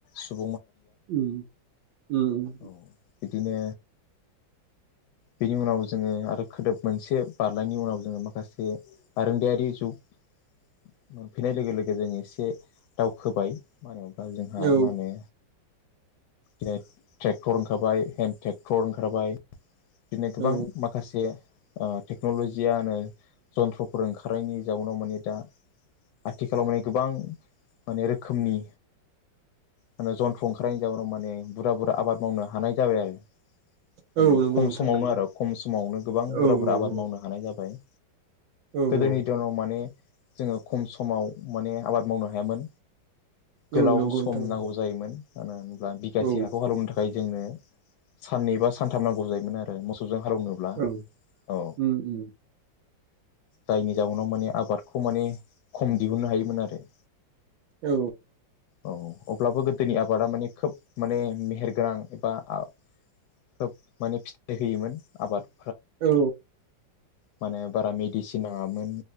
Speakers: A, on the left; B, on the right.
A: सु
B: उम उम
A: औ बिदिनो बिनि उनाव जोंङो आरो खोदोब मोनसे बारनयनि उनाव जोंङो माखासे आरोंदायारि जुग मोनफैनाय लोगो लोगो जोङो एसे दावखोबाय मा होनो बा जोंहा
B: औ
A: मा होनो। ग्लेद ट्रेक्टर ओंखारबाय हेन ट्रेक्टर ओंखारबाय। दिनै गोबां
B: औ
A: माखासे ओ टेक्नलजि आनो जन्थ्रफोर ओंखारनायनि जाउनाव माने दा आथिखालाव माने गोबां माने रोखोमनि मोनो जन्थ्र ओंखा। फ्रायन जावनाव माने बुरा बुरा आब मावनो। हानाय जाबाय आरो।
B: औ
A: थारमाने
B: नंगौ
A: खम
B: नोंथां
A: समावनो
B: नंगौ
A: आरो खम समावनो गोबां
B: औ
A: बुरा बुरा
B: औ
A: आबाद मावनो हानाय जाबाय।
B: औ
A: गोदोनि
B: औ
A: दरम माने जोंङो खम समाव माने आबाद मावनो हायामोन।
B: ओं
A: गोलाव
B: नंगौ
A: सम
B: नोंथां नंगौ
A: नांगौ जायोमोन। <unintelligible> बा बिगासे
B: औ
A: हाखौ हालौनो थाखाय जोंनो। साननै बा सानथाम नांगौ जाय मोन आरो मोसौ जों हालौनोब्ला
B: औ
A: औ।
B: उम उम
A: जायनि जाउनाव माने आबादखौ माने। खम दिहुननो हायोमोन आरो।
B: औ।
A: औ। अब्लाबो गोदोनि आबादा माने खोब। माने मेहेर गोनां एबा आ खोब माने फिथ एरहोयोमोन आबाद
B: औ
A: माने बारा मेडिसिन नाङामोन